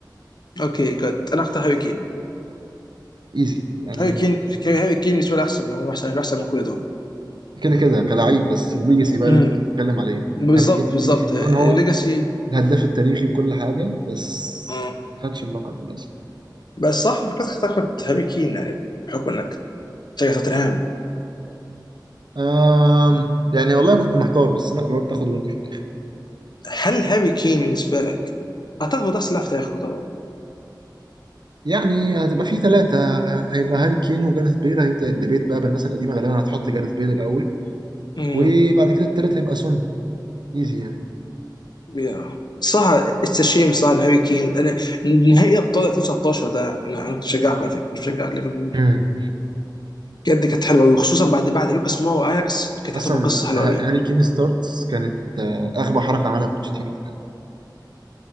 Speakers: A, on the left (about 65°); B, on the right (about 70°).
A: اوكي جد انا اختار هاري كين
B: ايزي يعني
A: هاري كين هاري كين بالنسبه لي احسن من هو احسن احسن من كل دول
B: كده كده كلاعب بس الليجاسي بقى
A: امم
B: اللي انت بتتكلم عليه
A: بالظبط
B: هاري كين الليجاسي
A: بالظبط
B: بتاعه
A: ليجاسي
B: ان هو الهداف التاريخي وكل حاجة بس
A: اه
B: ما خدش اللقب للأسف
A: بس صح أنا فكرت تاخد هاري كين يعني بحكم انك تشجع توتنهام
B: آم يعني والله كنت محتار بس أنا قررت آخد روني في الآخر
A: هل هاري كين بالنسبه لك اعتقد هو ده احسن لاعب في تاريخه طبعا
B: يعني هتبقى في ثلاثة هيبقى هاري كين وجارث بيل هيبدأ الديبيت بقى بالناس القديمة غالبا هتحط جارث بيل الأول
A: امم
B: وبعد كده التالت هيبقى سون إيزي يعني
A: يا صح اتس شيم صح إن هاري كين انا نهائي ابطال 2019 ده انا انا كنت بشجعكم على فكره مش بشجع ليفربول
B: مم.
A: بجد كانت حلوه قوي وخصوصا بعد بعد لوكاس مو واياكس كانت
B: أصلا
A: هتبقى قصه حلوه
B: ه-
A: قوي
B: هاري كين ستارتس كانت آه، أغبى حركة عملها بوتشيتينو في حياته